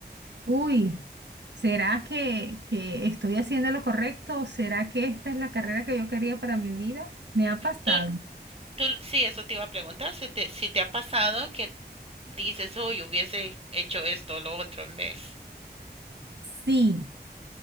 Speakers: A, on the right; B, on the right.
A: uy, ¿será que, que estoy haciendo lo correcto? ¿Será que esta es la carrera que yo quería para mi vida? Me ha pasado.
B: ¿Tú, Tú, sí, eso te iba a preguntar, si te, si te ha pasado que dices, uy, hubiese hecho esto o lo otro en vez.
A: Sí,